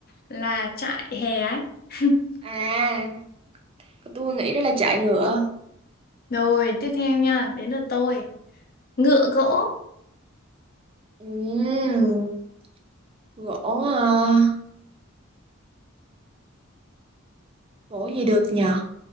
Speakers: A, on the left; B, on the right.
A: là trại hè ấy. <laughs>
B: À, tôi nghĩ đó là trại ngựa.
A: Rồi, tiếp theo nha, đến lượt tôi. ngựa gỗ
B: Ừm, gỗ, à, gỗ gì được nhở?